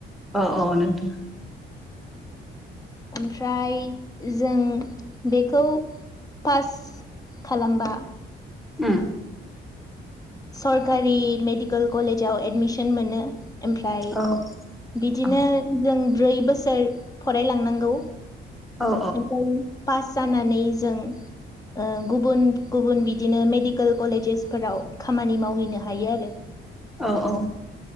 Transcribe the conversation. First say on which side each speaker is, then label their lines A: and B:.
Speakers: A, in the centre; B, on the left (about 20°).
A: औ -औ नोंथां।
B: ओमफ्राय जों बेखौ फार्स्ट खालामबा
A: उम
B: सरकारि मेडिकेल कलेजाव एडमिसन मोनो। ओमफ्राय
A: औ
B: बिदिनो
A: औ
B: जों ब्रै बसोर फरायलांनांगौ।
A: औ
B: ओमफ्राय फास जानानै जोंओ गुबुन गुबुन बिदिनो मेडिकेल कलेजेसफोराव खामानि मावहैनो हायो आरो
A: औ- औ